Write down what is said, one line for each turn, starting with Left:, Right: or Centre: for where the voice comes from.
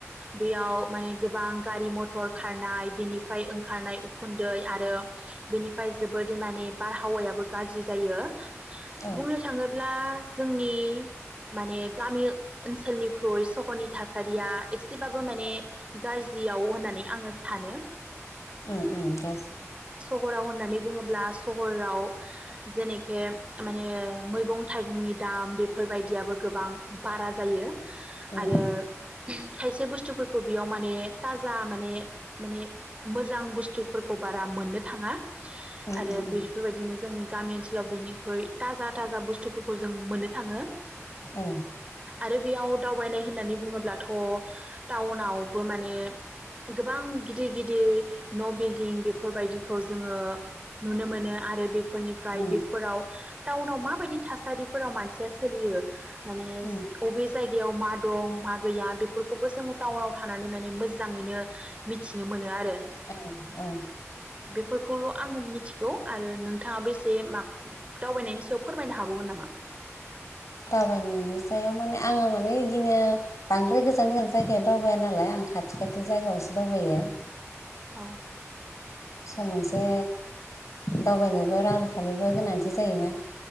Right: बेयाव माने गोबां गारि मथर खारनाय बेनि फ्राय ओंखारनाय उखुन्दै आरो बेनिफ्राय जोबोदै माने बारहावायाबो गाज्रि जायो।
Left: औ
Right: बुंनो थाङोब्ला जोंनि माने गामि ओनसोलनिख्रुइ सहरनि थासारिया एसेबाबो माने गाज्रियाव होननानै आङो सानो।
Left: ओम-ओम गाज्रि
Right: हराव होननानै बुङोब्ला सहराव जेेनखे माने मैगं थाइगंनि दाम बेफोरबायदियाबो गोबां बारा जायो।
Left: उम
Right: आरो
Left: उम
Right: खायसे बुस्थुफोरखौ बेयाव माने थाजा माने माने मोजां बुस्थुफोरखौ बारा मोननो थाङा।
Left: उम
Right: आरो
Left: उम उम
Right: बेफोरबायदिनो जोंनि गामि ओनसोलाव बेनिख्रुइ थाजा थाजा बुस्थुफोरखौ जों मोननो थाङो
Left: औ
Right: आरो बेयाव दावबायनाय होननानै बुङोब्लाथ' टाउनाव बो माने गोबां गिदिर गिद दिर न' बिल्डिं बेफोरबायदिखौ जोङो नुनो मोनो आरो बेफोरनिफ्राय
Left: उम
Right: बेफोराव टाउनाव माबायदि थासा सारिफोराव मानसिया सोलियो मानेस
Left: उम
Right: अबे जायगायाव मा दं मा गैया बेफोरखौबो जोङो टाउनाव थानानै माने मोजाङैनो मिथिनो मोनो। आरो
Left: औ औ
Right: बेफोरखौल' आं मिथिगौ आरो नोंथाङा बेसे माब दावबायनायनि सायाव फोरमायनो हाबावगोन नामा?
Left: दावबायनायनि सायाव माने आङो माने इदिनो बांद्राय गोजान गोजान जायगायाव दावबाया नालाय आं खाथि खाथि जायगायावसो दावबायो।
Right: औ
Left: सम मोनसे दावबायनोबो रां रुफानिबो गोनांथि जायोना।